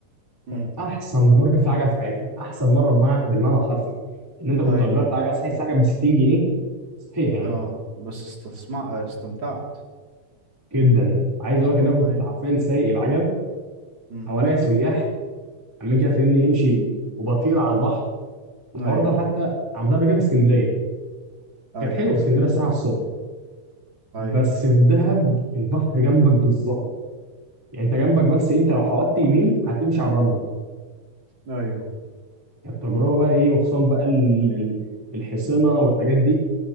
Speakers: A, on the right; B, in the centre.
A: امم
B: كانت احسن مره كنت فيها عجل في حياتي احسن مره بمع... بالمعنى الحرفي ان انت كنت
A: أيوه
B: اجرت عجله صحيح الساعه كانت ب 60 جنيه صحيح يعني
A: آه بس استسمع آه، استمتعت
B: جدا عايز اقول لك ان انا كنت
A: أيوه
B: حرفيا سايق العجله
A: امم
B: حواليا سياح عمالين كده فاهمني يمشي وبطير على البحر الحوار
A: أيوه
B: ده حتى عملتها قبل كده في اسكندريه
A: أيوه
B: كانت حلوه في اسكندريه الصراحه الصبح
A: أيوه
B: بس في دهب البحر جنبك بالظبط يعني انت جنبك بس ايه، انت لو حودت يمين هتمشي على الرمله
A: أيوه
B: كانت تجربه بقى ايه وخصوصا بقى ال- ال- الحصينه والحاجات دي